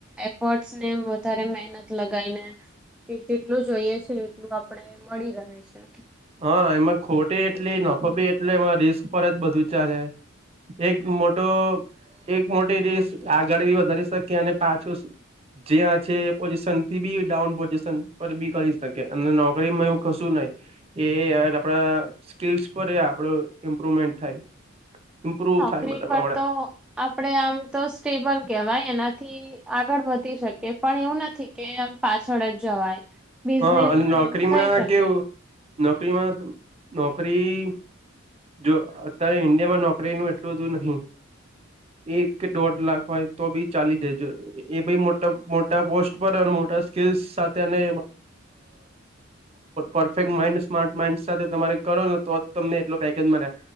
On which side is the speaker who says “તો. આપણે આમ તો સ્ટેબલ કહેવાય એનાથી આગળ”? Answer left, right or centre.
Centre